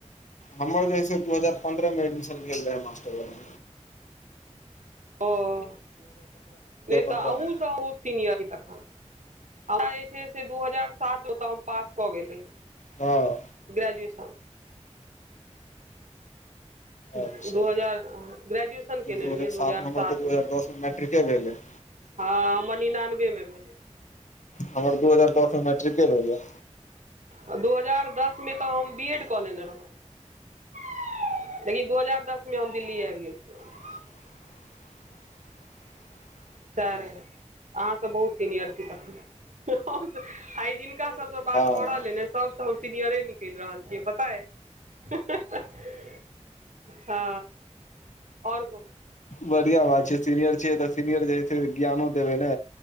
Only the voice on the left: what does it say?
हमर जैसे दू हजार पन्द्रह पंद्रह मे एडमिशन भेल छलाह खेल मास्टर वला
पन्द्रहमे
हँ
अच्छा
दू
हजार सात नम्बर
त दू हजार दस मे मैट्रिके भेल या
हमर दू हजार दस मे मैट्रिके भेल या
<inaudible>
हँ
बढ़िआँ बात छै सीनियर छियै तऽ सीनियर जे है से ज्ञानो देबै ने